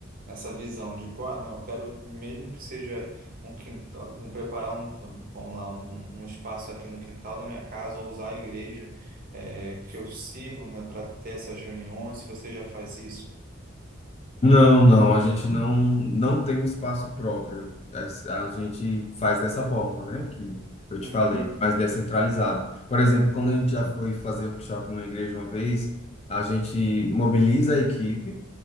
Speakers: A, on the right; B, on the left.
A: essa visão de pô ah, não eu quero mesmo que seja um, quintal, um preparar um vamos lá um, um um espaço aqui no quintal da minha casa ou usar a igreja é, que eu sirvo né para ter essas reuniões se você já faz isso
B: Não, não, a gente não, não tem um espaço próprio. É, A gente faz dessa forma, né? Que eu te
A: Uhum,
B: falei, mais descentralizado. Por exemplo, quando a gente já foi fazer workshop numa igreja uma vez, a gente mobiliza a equipe,